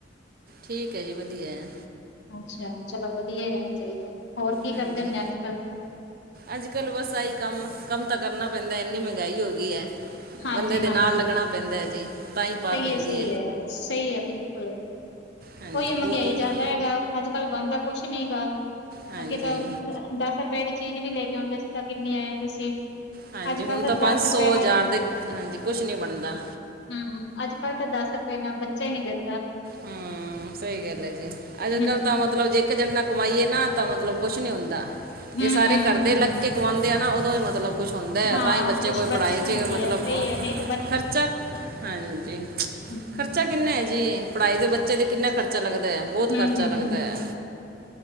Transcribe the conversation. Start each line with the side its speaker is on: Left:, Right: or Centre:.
Right: ਠੀਕ ਹੈ ਜੀ। ਵਧੀਆ ਆ।
Left: ਅੱਛਾ ਚਲੋ ਵਧੀਆ ਹੀ ਰਹਿਣਾ ਚਾਹੀਦਾ। ਹੋਰ ਕੀ
Right: ਹਾਂਜੀ
Left: ਕਰਦੇ ਹੁੰਦੇ ਅੱਜ ਕੱਲ
Right: ਅੱਜ ਕੱਲ੍ਹ ਬਸ ਆਈ ਕੰਮ, ਕੰਮ ਤਾਂ ਕਰਨਾ ਪੈਂਦਾ ਇੰਨੀ ਮਹਿੰਗਾਈ ਹੋ ਗਈ ਹੈ।
Left: ਹਾਂਜੀ
Right: ਬੰਦੇ ਦੇ
Left: ਹਾਂਜੀ
Right: ਨਾਲ ਲੱਗਣਾ ਪੈਂਦਾ ਹੈ ਜੀ। ਤਾਂ ਹੀ ਪਾਰ
Left: ਸਹੀ
Right: ਪੈਂਦੀ
Left: ਹੈ, ਸਹੀ ਹੈ, ਸਹੀ ਹੈ ਬਿਲਕੁਲ।
Right: ਹਾਂਜੀ
Left: ਉਹੀ ਆ ਮਹਿੰਗਾਈ
Right: ਬਹੁਤ ਔਖਾ
Left: ਜ਼ਿਆਦਾ ਹੈਗਾ ਅੱਜ ਕੱਲ੍ਹ ਬੰਣਦਾ ਕੁਛ ਨਹੀਂ ਹੈ ਗਾ।
Right: ਹਾਂਜੀ
Left: ਅੱਗੇ ਤਾਂ, ਦਸ ਰੁਪਏ ਦੀ ਚੀਜ਼ ਵੀ ਲੈ ਕੇ ਆਉਂਦੇ ਸੀ ਤਾਂ ਕਿੰਨੀ ਆ ਜਾਂਦੀ ਸੀ।
Right: ਹਾਂਜੀ।
Left: ਅੱਜ
Right: ਹੁਣ
Left: ਕੱਲ
Right: ਤਾਂ
Left: ਦਸ
Right: ਪੰਜ ਸੌ
Left: ਰੁਪਏ
Right: ਹਜ਼ਾਰ
Left: ਨਾਲ
Right: ਦੇ ਹਾਂਜੀ। ਕੁਛ ਨਹੀਂ ਬਣਦਾ।
Left: ਹਮ ਅੱਜ ਕੱਲ੍ਹ ਤਾਂ ਦੱਸ ਰੁਪਏ ਨਾ ਬੱਚਾ ਹੀ ਨੀ ਦੇਤਾ।
Right: ਹਮ। ਸਹੀ ਗੱਲ ਹੈ ਜੀ। ਅੱਜ
Left: ਹੂੰ,
Right: ਕੱਲ ਤਾਂ ਮਤਲਬ ਜੇ ਇੱਕ ਜਨਾ ਕਮਾਈਏ ਨਾ ਤਾਂ ਮਤਲਬ ਕੁਛ ਨਹੀਂ ਹੁੰਦਾ।
Left: ਹੂੰ-ਹੂੰ।
Right: ਜੇ ਸਾਰੇ ਕਰਦੇ ਲ ਕਮਵਾਉਂਦੇ ਆ ਨਾ ਉਦੋਂ ਹੀ ਮਤਲਬ ਕੁਛ ਹੁੰਦਾ ਹੈ
Left: ਹਾਂ,
Right: ਤਾਂ ਹੀ ਬੱਚੇ
Left: ਕੁਛ
Right: ਕੋਈ
Left: ਬੱਚਤ
Right: ਪੜ੍ਹਾਈ
Left: ਹੁੰਦੀ
Right: ਚਚ ਮਤਲਬ
Left: ਹੈ, ਸਹੀ ਹੈ, ਨਹੀਂ ਤਾਂ
Right: ਖਰਚਾ ਹਾਜੀ।
Left: ਹਮ।
Right: ਖਰਚਾ ਕਿੰਨਾ ਹੈ ਜੀ। ਪੜ੍ਹਾਈ ਦੇ ਬੱਚੇ ਕਿੰਨਾ ਖਰਚਾ ਲੱਗਦਾ, ਬਹੁਤ
Left: ਹੂੰ-ਹੂੰ,
Right: ਖਰਚਾ ਲੱਗਦਾ ਹੈ।